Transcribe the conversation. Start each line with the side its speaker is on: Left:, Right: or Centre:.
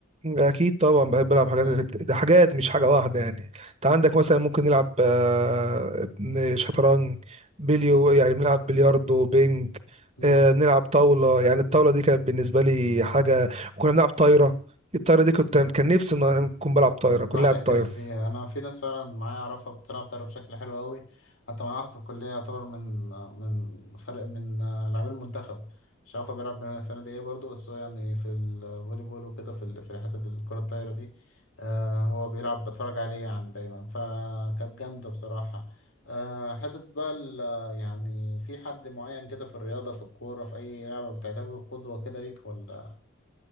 Right: اكيد طبعا بحب العب حاجات
Left: ايه
Right: غير- ده حاجات مش حاجة واحدة يعني انت عندك مثلا ممكن نلعب آه، شطرنج بليو يعني بنلعب بلياردو بينج
Left: مم.
Right: آه، نلعب طاولة يعني الطاولة دي كانت بالنسبة لي حاجة وكنا بنلعب طايرة الطايرة دي كنت كان نفسي ان انا اكون بلعب طايرة كنت
Left: الواحد
Right: لاعب
Left: يحترف
Right: طايرة
Left: فيها انا في ناس فعلا معايا اعرفها بتلعب طايره بشكل حلو قوي حتى معايا واحد في الكليه يعتبر من من فرق من لاعبين المنتخب مش عارف هو بيلعب في نادي ايه برضه بس هو يعني في الفولي بول وكده في ال- في حته الكره الطايره دي آه هو بيلعب بتفرج عليه يعني دايما فكانت جامده بصراحه آه حته بقى ال- يعني في حد معين كده في الرياضه في الكوره في اي لعبه بتعتبره قدوه كده ليك ولا